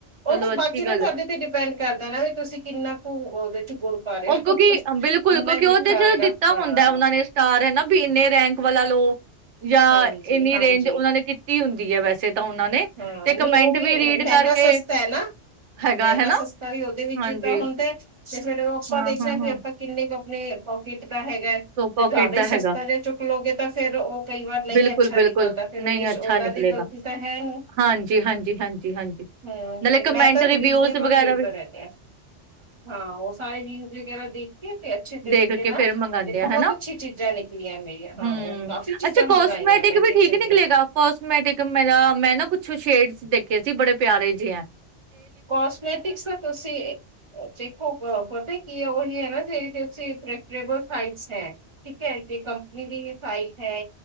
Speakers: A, on the right; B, on the right.
A: ਚਲੋ
B: ਉਹ ਤਾਂ
A: ਅੱਛੀ
B: ਬਾਕੀ
A: ਗੱਲ
B: ਨਾ ਤੁਹਾਡੇ
A: ਹੈ
B: ਤੇ ਬਹੁਤ ਡਿਪੈਂਡ ਕਰਦਾ ਨਾ ਵੀ ਤੁਸੀਂ ਕਿੰਨਾ ਕੁ ਗੁੜ ਪਾ ਰਹੇ
A: ਉਹ ਕਿਉਂਕਿ
B: ਹੋ
A: ਬਿਲਕੁਲ
B: ਓਨਾ
A: ਕਿਉਂਕਿ
B: ਹੀ ਮਿੱਠਾ
A: ਉਹਦੇ
B: ਹੋਏਗਾ
A: ਚ ਦਿੱਤਾ
B: ਹਾਂ
A: ਹੁੰਦਾ ਉਹਨਾਂ ਨੇ ਸਟਾਰ ਹਨਾ ਵੀ ਇੰਨੇ ਰੈਂਕ ਵਾਲਾ ਲੋ ਜਾਂ
B: ਹਾਂਜੀ
A: ਇੰਨੀ
B: ਹਾਂਜੀ
A: ਰੇਂਜ ਉਹਨਾਂ ਨੇ ਕੀਤੀ ਹੁੰਦੀ ਹੈ ਵੈਸੇ ਤਾਂ ਉਹਨਾਂ ਨੇ
B: ਹਾਂ
A: ਤੇ
B: ਨਹੀਂ
A: ਕਮੈਂਟ
B: ਉਹ ਵੀ
A: ਰੀਡ
B: ਮਹਿੰਗਾ
A: ਕਰਕੇ
B: ਸਸਤਾ ਹੈ ਨਾ
A: ਹੈਗਾ
B: ਮਹਿੰਗਾ
A: ਹਨਾ
B: ਸਸਤਾ ਵੀ ਉਹਦੇ ਵਿੱਚ
A: ਹਾਂਜੀ
B: ਹੀ ਤਾਂ ਹੁੰਦਾ ਤੇ ਫਿਰ ਉਹ ਆਪਾਂ
A: ਹਾਂ
B: ਦੇਖਣਾ
A: ਹਾਂ ਹਾਂ
B: ਫਿਰ ਆਪਾਂ ਕਿੰਨੇ ਕੁ ਪਕੀਟ ਹੈਗਾ ਤੇ
A: ਸੋ ਪੋਕਿਟ
B: ਜ਼ਦਾ ਹੀ
A: ਦਾ ਹੈਗਾ
B: ਸਸਤਾ ਜੇ ਚੁੱਕ ਲੋਗੇ ਤਾਂ ਫਿਰ ਉਹ ਕਈ ਵਾਰ ਨਹੀਂ
A: ਬਿਲਕੁਲ
B: ਅੱਛਾ
A: ਬਿਲਕੁਲ
B: ਨਿਕਲਦਾ ਫੇਿਰ
A: ਨਹੀਂ
B: ਉਹਦੇ ਚ
A: ਅੱਛਾ
B: ਉਹਨਾਂ
A: ਨਿਕਲੇਗਾ
B: ਦੀ ਗ਼ਲਤੀ ਤਾਂ ਹੈ ਹੁ
A: ਹਾਂਜੀ ਹਾਂਜੀ ਹਾਂਜੀ ਹਾਂਜੀ
B: ਹਾਂ
A: ਨਾਲੇ
B: ਤੇ
A: ਕਮੈਂਟ
B: ਮੈਂ ਤਾਂ
A: ਰਿਵਿਊਜ਼
B: ਰੀਜਨੇਬਲ
A: ਵਗੈਰਾ
B: ਰੇਟ
A: ਵੀ
B: ਤੋਂ ਰਹਿੰਦੇ ਆ ਹਾਂ ਉਹ ਸਾਰੇ ਵਿਊ ਵਗੈਰਾ ਦੇਖ ਕੇ ਤੇ ਅੱਛੇ ਤਰੀਕੇ
A: ਦੇਖ ਕੇ
B: ਨਾਲ
A: ਫੇਰ ਮੰਗਾਂਦੇ
B: ਬਹੁਤ
A: ਹਨਾ
B: ਅੱਛੀ ਚੀਜ਼ਾਂ ਨਿਕਲੀਆਂ ਮੇਰੀਆਂ ਹਾਂ,
A: ਹਮ
B: ਕਾਫ਼ੀ ਚੀਜ਼ਾਂ
A: ਅੱਛਾ
B: ਮੰਗਾਈਆਂ
A: ਕੋਸਮੈਟਿਕ
B: ਮੈਂ
A: ਵੀ
B: ਕਿਚਨ
A: ਠੀਕ ਨਿਕਲੇਗਾ
B: ਦੀਆਂ।
A: ਕੋਸਮੈਟਿਕ ਮੇਰਾ ਮੈਂ ਨਾ ਕੁਛ ਛ ਸ਼ੇਡ ਦੇਖੇ ਸੀ ਬੜੇ ਪਿਆਰੇ ਜਿਹੇ ਹੈ।
B: ਕਸਮੈਟਿਕਸ ਦਾ ਤੁਸੀਂ ਦੇਖੋ ਅ ਪਤਾ ਕੀ ਹੈ ਉਹੀ ਹੈ ਨਾ ਜੈਸੇ ਪ੍ਰਵਟੈਬਲ ਦਿਲੇ ਹੈ ਠੀਕ ਹੈ ਤੇ ਕੰਪਨੀ ਦੀ ਹੀ ਸਾਈਟ ਹੈ।